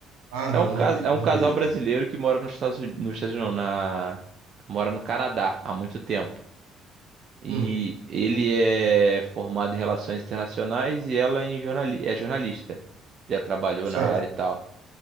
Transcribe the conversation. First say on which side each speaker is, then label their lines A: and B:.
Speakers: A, on the right; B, on the right.
A: ah, não,
B: É um, ca-
A: não vi,
B: é
A: não
B: um casal
A: vi ainda.
B: brasileiro que mora nos Estados Unidos, nos Estados Unidos, não, na, mora no Canadá há muito tempo. E
A: Hum,
B: ele é formado em relações internacionais e ela em jornali, é jornalista. Já trabalhou
A: certo.
B: na área e tal.